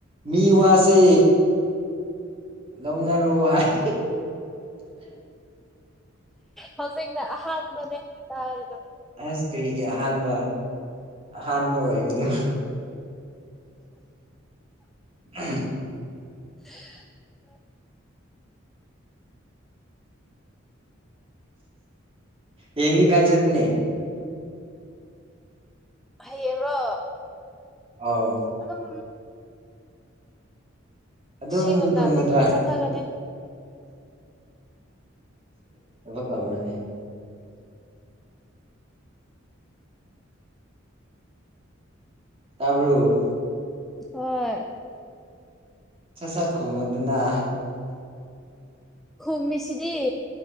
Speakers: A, on the right; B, in the centre.
A: ꯃꯤ ꯋꯥꯁꯦ ꯂꯧꯅꯔꯣ ꯍꯥꯏ ꯃ
B: ꯍꯧꯖꯤꯛꯅ ꯑꯍꯥꯟꯕꯅꯦ ꯇꯥꯔꯤꯗꯣ
A: ꯑꯁ ꯀꯔꯤꯒꯤ ꯑꯍꯥꯟꯕ ꯑꯍꯥꯟꯕ ꯑꯣꯏꯕꯅꯣ ꯎ
B: ꯑ
A: ꯌꯦꯡꯗꯤ ꯀꯥꯏ ꯆꯀꯅꯤ
B: ꯍꯌꯦꯡꯔꯣ
A: ꯑꯧ
B: ꯑꯗꯨꯝ
A: ꯑꯗꯨꯝ
B: ꯁꯤꯒꯨꯝꯅ
A: ꯇꯨꯝꯒꯗ꯭ꯔꯥ
B: ꯑꯗꯨꯝ ꯆꯠꯊꯒꯅꯤ
A: ꯕꯅꯦꯅꯦ ꯇꯥꯕ꯭ꯔꯨ
B: ꯍꯣꯏ
A: ꯁꯠ ꯁꯠꯀꯨꯝꯕꯗꯨꯅ
B: ꯈꯕ ꯃꯤꯁꯤꯗꯤ